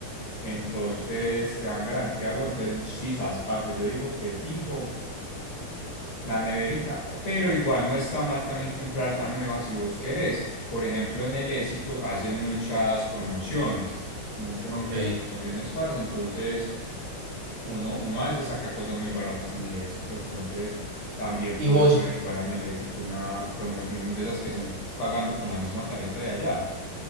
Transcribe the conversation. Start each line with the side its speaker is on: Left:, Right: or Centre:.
Left: Entonces, te dan garantía, bueno, entonces, sí, sas, parce, yo digo que fijo. La neverita, pero igual no está mal también comprar la nueva si vos querés. Por ejemplo, en el Éxito hacen muchas promociones, muchas,
Right: ok.
Left: muchas promociones, parce. Entonces, uno, uno a veces saca cosas muy baratas en el Éxito. Entonces, también
Right: ¿Y
Left: puedes
Right: vos?
Left: averiguar en el Éxito una promoción de esas que son pagando con la misma tarjeta de allá.